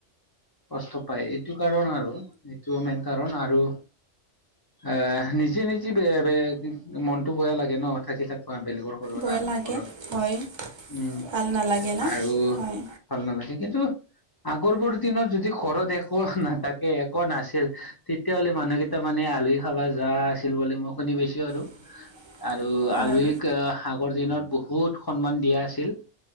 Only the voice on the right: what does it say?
ভয়
লাগে
হয়
ভাল নালাগে না
হয়।
<inaudible>
হয়